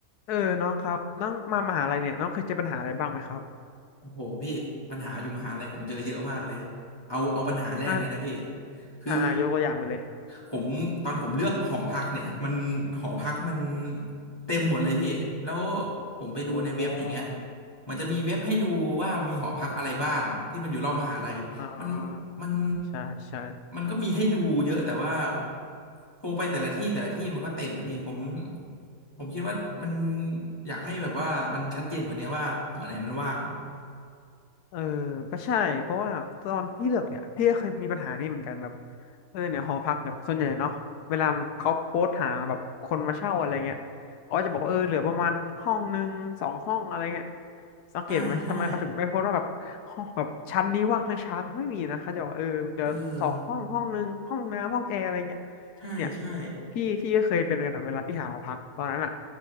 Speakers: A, on the left; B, on the left.
A: เออน้องครับน้องมามหาลัยเนี่ยน้องเคยเจอปัญหาอะไรบ้างไหมครับ
B: โอ้โหพี่ปัญหาอยู่มหาลัยผมเจอเยอะมากเลยเอาเอาปัญหาแรกเลยนะพี่
A: อ่า
B: คือ
A: อ่าอ่ายกตัวอย่างมาเลย
B: ผมตอนผมเลือกหอพักเนี่ยมันหอพักมันเต็มหมดเลยพี่แล้วผมไปดูในเว็บอย่างเงี้ย
A: โอ้
B: มันจะมีเว็บให้ดูว่ามีหอพักอะไรบ้างที่มันอยู่รอบมหาลัยมัน
A: อ่า
B: มัน
A: ใช่ใช่
B: มันก็มีให้ดูเยอะแต่ว่าโทรไปแต่ละที่แต่ละที่มันก็เต็มอะพี่ผมผมคิดว่ามันอยากให้แบบว่ามันชัดเจนกว่านี้ว่าหอไหนมันว่าง
A: เออก็ใช่เพราะว่าตอนพี่เลือกเนี่ยพี่ก็เคยมีปัญหานี้เหมือนกันแบบเออเนี่ยหอพักแบบส่วนใหญ่เนาะเวลาเขาโพสต์หาแบบคนมาเช่าอะไรเงี้ยเขาก็จะบอกว่าเออเหลือประมาณห้องหนึ่งสองห้องอะไรเงี้ยสังเกตไหมทำไมเขาถึงไม่โพสต์ว่าแบบห้องแบบชั้นนี้ว่างทั้งชั้นไม่มีนะเขาจะบอกว่าเออเดี๋ยอสองห้องห้องหนึ่งห้องน้ำห้องแอร์อะไรเงี้ย
B: ใช่ใช่เออใช่ใช่
A: เนี่ยพี่พี่ก็เคยเป็นเหมือนกันแบบเวลาพี่หาหอพักตอนนั้นอ่ะ